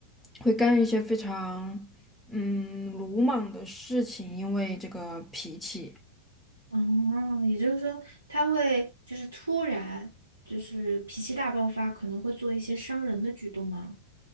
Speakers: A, in the centre; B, on the right.
A: 会干一些非常嗯鲁莽的事情，因为这个脾气。
B: 哦，也就是说，他会就是突然就是脾气大爆发，可能会做一些伤人的举动吗？